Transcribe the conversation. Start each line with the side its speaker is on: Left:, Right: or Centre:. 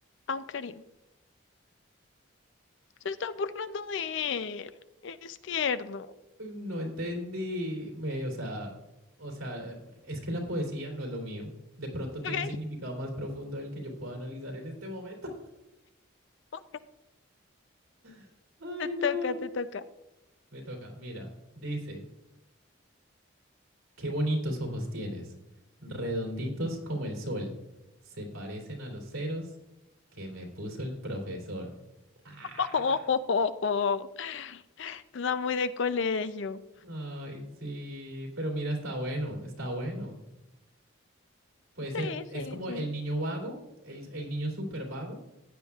Left: a un clarín. Se están burlando de él. Es tierno.
Right: No entendí, me- o sea, o sea, eh, es que la poesía no es lo mío. De pronto tiene
Left: Ok,
Right: un significado más profundo del que yo pueda analizar en este momento.
Left: <laughs>
Right: <laughs> Ay,
Left: te
Right: no.
Left: toca, te toca.
Right: Me toca, mira, dice, qué bonitos ojos tienes, redonditos como el sol, se parecen a los ceros que me puso el profesor. Ah,
Left: <laughs> Está muy de colegio.
Right: ay, sí, pero mira, está bueno, está bueno. Puede ser,
Left: Sí, sí,
Right: es como
Left: sí.
Right: el niño vago, el, el niño súper vago